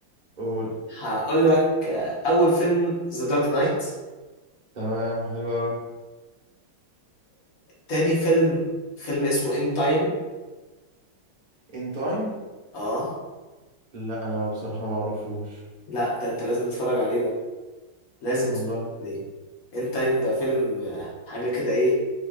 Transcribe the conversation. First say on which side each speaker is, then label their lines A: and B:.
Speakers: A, on the right (about 30°); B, on the left (about 50°).
A: قول
B: هقول لك آه، اول فيلم ذا دارك نايت
A: تمام حلو قوي
B: تاني فيلم فيلم اسمه ان تايم
A: ان تايم
B: اه
A: لا انا بصراحه ما اعرفوش
B: لا ده انت لازم تتفرج عليه ده لازم
A: والله
B: تتفرج عليه ان تايم ده فيلم آه، حاجه كده ايه